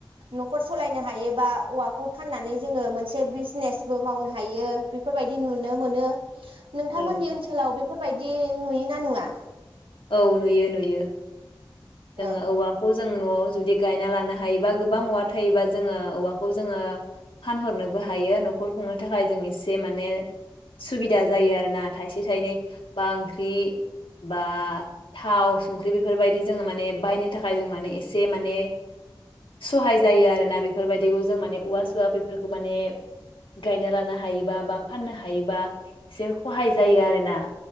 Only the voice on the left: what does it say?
औ
औ नुयो नुयो जोंङो
औवाखौ जों नआव जुदि गायना लानो हायोबा गोबां औवा थायोबा जोङो औवाखौ जोङो फानहरनोबो हायो नखर खुंनो थाखाय जों एसे माने सुबिदा जायो आरोना थाइसे थाइनै बा ओंख्रि बा थाव संख्रि बेफोरबायदि जोङो माने बायनो थाखाय जों माने एसे माने सहाय जायो आरोना बेफोरबायदिखौ जों माने औवा सुवा बेफोरखौ माने गायना लानो हायोबा बा फाननो हायोबा एसे हहाय जायो आरोना।